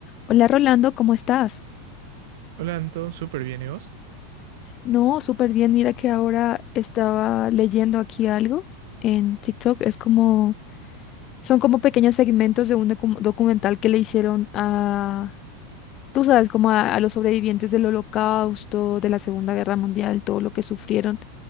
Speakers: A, on the left (about 30°); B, on the right (about 60°).
A: Hola Rolando, ¿cómo estás?
B: Hola Anto, súper bien, ¿y vos?
A: No, súper bien. Mira que ahora estaba leyendo aquí algo en TikTok. Es como, son como pequeños segmentos de un docu- documental que le hicieron a, tú sabes, como a, a los sobrevivientes del Holocausto, de la Segunda Guerra Mundial, todo lo que sufrieron.